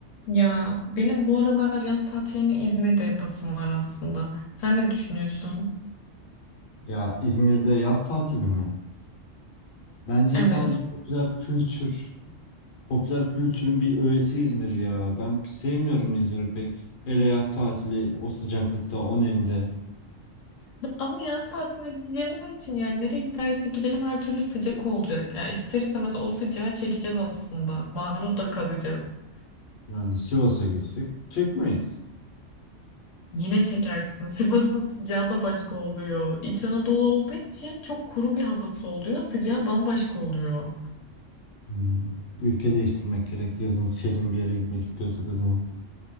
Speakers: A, on the left; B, on the left.
A: Ya benim bu aralar yaz tatilini İzmir'de yapasım var aslında. Sen ne düşünüyorsun?
B: Ya İzmir'de yaz tatili mi? Bence
A: Evet.
B: sadece popüler kültür, popüler kültürün bir öğesi İzmir ya. Ben sevmiyorum İzmir'i pek. Hele yaz tatili o sıcaklıkta, o nemde.
A: Ama yaz tatiline gideceğimiz için yani nereye gidersek gidelim her türlü sıcak olacak. Ya ister istemez o sıcağı çekeceğiz aslında. Maruz da kalacağız.
B: Yani Sivas'a gitsek çekmeyiz.
A: Yine çekersin. <laughs> Sivas'ın sıcağı da başka oluyor. İç Anadolu olduğu için çok kuru bir havası oluyor. Sıcağı bambaşka oluyor.
B: Hmm. Ülke değiştirmek gerek. Yazın serin bir yere gitmek istiyorsak o zaman.